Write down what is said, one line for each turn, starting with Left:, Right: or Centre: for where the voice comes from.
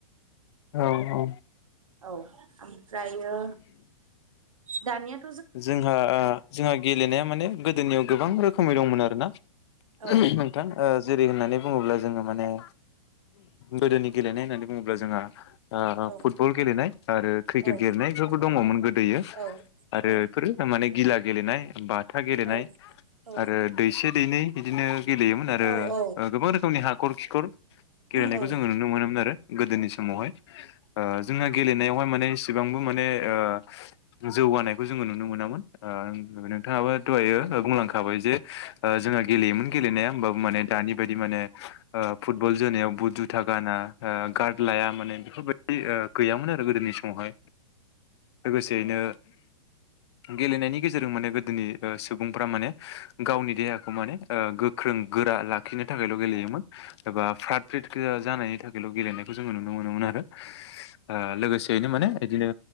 Left: औ औ।
Right: औ ओमफ्रायो दानिया
Left: जोंहा ओ जोंहा गेलेनाया माने गोदोनियाव गोबां रोखोमै दंमोन आरोना नोंथां
Right: औ
Left: ओ जेरै होननानै बुङोब्ला जोङो माने गोदोनि गेलेनाय होननानै बुङोब्ला जोंहा ओ
Right: औ
Left: फुटबल गेलेनाय आरो क्रिकेट
Right: औ
Left: बेफोरबो दङमोन गोदोयो।
Right: औ
Left: आरो
Right: औ
Left: बेफोरो माने गिला गेलेनाय, बाथा गेलेनाय
Right: औ औ
Left: आरो दैसे दैनै बिदिनो गेलेयोमोन आरो
Right: औ
Left: ओ गोबां रोखोमनि हाखर खिखर गेलेनायखौ
Right: औ
Left: जोङो नुनो मोनोमोन आरो गोदोनि समावहाय। ओ जोंना गेलेनायावहाय माने एसेबांबो माने ओ जौगानाय खौ जोङो नुनो मोनामोन नोंथाङाबो दहायो बुंलांखाबाय जे ओ जोंहा गेलेयोमोन गेलेनाया होमबाबो माने दानि बायदि माने ओ फुटबल जोनायाव बुट जुथा गाना, ओ गार्ड लाया माने बेफोरबायदि ओ गैयामोन आरो गोदोनि समावहाय, लोगोसेयैनो गेलेनायनि गेजेरजों माने गोदोनि ओ सुबुंफ्रा माने गावनि देहाखौ माने ओ गो ख्रों गोरा लाखिनो थाखायल' गेलेयोमोन एबा फ्रात फ्रिट जानायनि थाखायल' गेलेनायखौ जोङो नुनो मोनोमोन आरो। ओ लोगोसेयैनो माने
Right: औ औ
Left: इदिनो